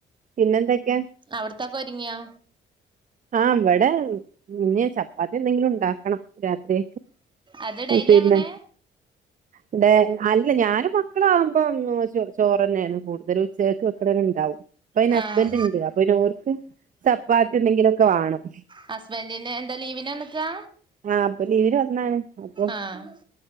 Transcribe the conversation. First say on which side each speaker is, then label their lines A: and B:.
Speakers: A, on the right; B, on the right.
A: പിന്നെ എന്തൊക്കെയാ
B: അവിടത്തൊക്കെ ഒരുങ്ങിയോ
A: ആ ഇവിടെ പിന്നെ ചപ്പാത്തി എന്തെങ്കിലും ഉണ്ടാക്കണം രാത്രി
B: അത് ഡെയ്ലി
A: ഉം പിന്നെ
B: അങ്ങനെ
A: ഇവിടെ അല്ല, ഞാനും മക്കളാകുമ്പോ ചോറ് തന്നെയ ആരുന്നു കൂടുതല് ഉച്ചക്ക് വെക്കണ ഉണ്ടാവും അപ്പൊ അതിന്
B: ആഹ്
A: ഹസ്ബൻഡ് ഉണ്ട് അപ്പൊ ഓല്ക്ക് ചപ്പാത്തി എന്തെങ്കിലും ഒക്കെ വേണം
B: ഹസ്ബൻറിന് എന്താ ലീവിന് വന്നക്കാ
A: ആ ഇപ്പൊ ലീവിന് വന്നാണ് അപ്പൊ
B: ആഹ്